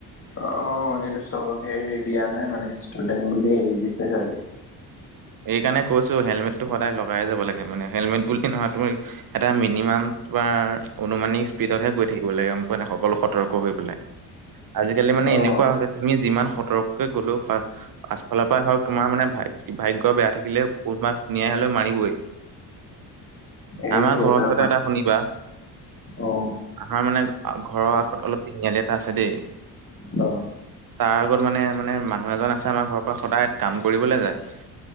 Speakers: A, on the left; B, on the right.
A: অ কিন্তু চবকে এৰি দিয়া নাই মানে ষ্টুডেন্ট বুলিয়ে এৰি দিছে চাগে
B: সেইকাৰণে কৈছো হেলমেটটো সদাই লগাই যাব লাগে মানে হেলমেট বুলি কি নহয় তুমি এটা মিনিমাম তোমাৰ অনুমানিক স্পীডতহে গৈ থাকিব লাগে গম পোৱা নাই সকলো সতৰ্ক হৈ পেলাই আজিকালি মানে
A: অ',
B: এনেকুৱা হৈছে তুমি যিমান সতৰ্ক গ'লো পা পাছফালৰ পৰাই হওক তোমাৰ মানে ভাই ভাগ্য বেয়া থাকিলে কনোবাই খুনিয়াই হলেও মাৰিবই
A: এইটোৱে
B: আমাৰ ঘৰৰ
A: তাৰ
B: ওচৰতে
A: পা
B: এটা শুনিবা
A: অ',
B: আমাৰ মানে ঘৰৰ আগত অলপ তিনিআলি এটা আছে দেই
A: অ
B: তাৰ আগত মানে মানে মানুহ এজন আছে আমাৰ ঘৰৰ পৰা সদায় কাম কৰিবলৈ যায়